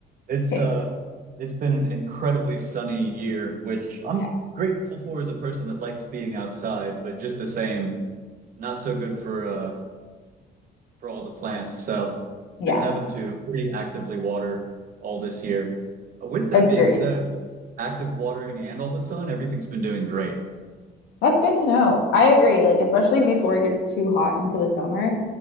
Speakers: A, on the right; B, on the left.
A: It's
B: <laughs> okay.
A: uh it's been an incredibly sunny year, which I'm
B: Yeah.
A: grateful for as a person that likes being outside, but just the same, not so good for uh for all the plants. So
B: Yeah.
A: been having to pretty actively water all this year. Uh, With that
B: Agreed.
A: being said, active watering and all the sun, everything's been doing great.
B: That's good to know. I agree. Like, especially before it gets too hot into the summer,